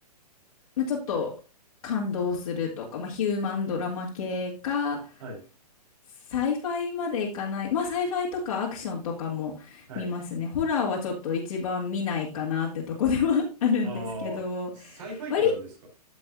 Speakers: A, on the left; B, on the right.
A: まあ、ちょっと感動するとか、まあ、ヒューマンドラマ系か、
B: はい、
A: サイファイまでいかない。まあ、サイファイとかアクションとかも見ますね。
B: はい。
A: ホラーはちょっと一番見ないかなってとこでは <laughs> あるんですけど、
B: ああ、サイファイって何ですか
A: 割、